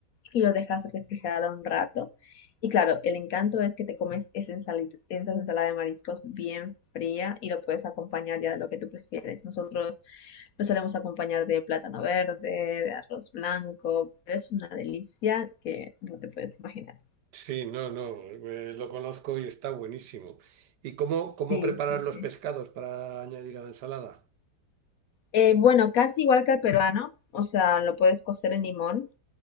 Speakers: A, on the left (about 65°); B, on the right (about 75°).
A: y lo dejas refrigerar un rato. Y claro, el encanto es que te comes esa ensali- esa ensalada de mariscos bien fría y lo puedes acompañar ya de lo que tú prefieres. Nosotros lo solemos acompañar de plátano verde, de arroz blanco, pero es una delicia que no te puedes imaginar.
B: Sí, no, no, eh, lo conozco y está buenísimo. ¿Y cómo, cómo
A: Sí,
B: preparar
A: sí,
B: los
A: sí.
B: pescados para añadir a la ensalada?
A: Eh, bueno, casi igual que el peruano, o sea, lo puedes cocer en limón